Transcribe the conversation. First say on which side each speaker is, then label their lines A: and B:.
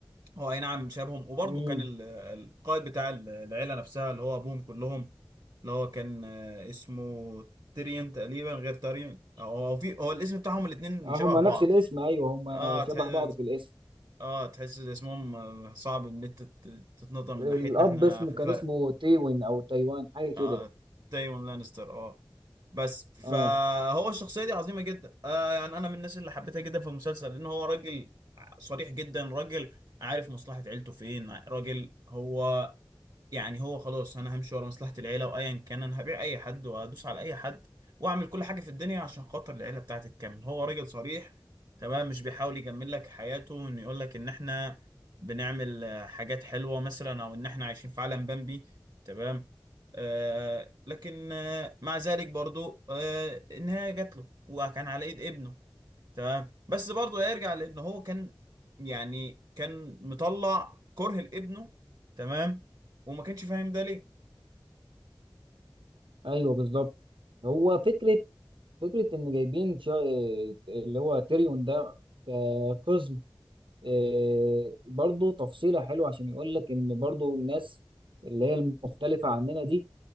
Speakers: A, on the right; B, on the right.
A: هو اي نعم شابهم وبرضه
B: امم
A: كان ال- القائد بتاع ال- العيله نفسها اللي هو ابوهم كلهم اللي هو كان آه، اسمه تيريون تقريبا غير تاريون او هو في هو الاسم بتاعهم الاثنين
B: اه
A: شبه
B: هما
A: بعض
B: نفس الاسم ايوه هما
A: اه
B: شبه
A: تحس
B: بعض في الاسم
A: اه تحس اسمهم آه، صعب ان انت تت- تتنطق من
B: الاب
A: ناحيتنا احنا
B: اسمه
A: في
B: كان
A: الفرق
B: اسمه تيوين او تايوان حاجه كده
A: اه تايوان لانستر اه بس فهو
B: اه
A: الشخصيه دي عظيمه جدا آه يعني انا من الناس اللي حبيتها جدا في المسلسل لان هو راجل صريح جدا راجل عارف مصلحة عيلته فين راجل هو يعني هو خلاص انا همشي ورا مصلحة العيلة وايا كان انا هبيع اي حد وهدوس على اي حد واعمل كل حاجة في الدنيا عشان خاطر العيلة بتاعتي تكمل هو راجل صريح تمام مش بيحاول يجمل لك حياته ان يقول لك ان احنا بنعمل آه، حاجات حلوة مثلا او ان احنا عايشين في عالم بامبي تمام آه لكن آه مع ذلك برضو آه النهاية جات له وكان على ايد ابنه تمام بس برضه يرجع لان هو كان يعني كان مطلع كره لابنه تمام وما كانش فاهم ده ليه
B: ايوه بالظبط هو فكره فكره ان جايبين شا- اللي هو تيريون ده كقزم إيه، برضو تفصيلة حلوة عشان يقول لك إن برضو الناس اللي هي المختلفة عننا دي